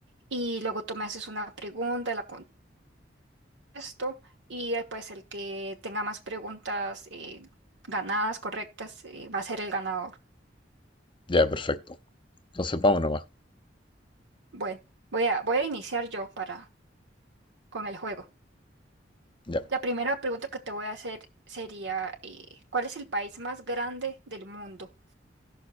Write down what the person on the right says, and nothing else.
y luego tú me haces una pregunta, la contesto, y eh, pues el que tenga más preguntas eh, ganadas, correctas, eh, va a ser el ganador.
Bueno, voy a, voy a iniciar yo para, con el juego.
La primera pregunta que te voy a hacer sería, eh, ¿cuál es el país más grande del mundo?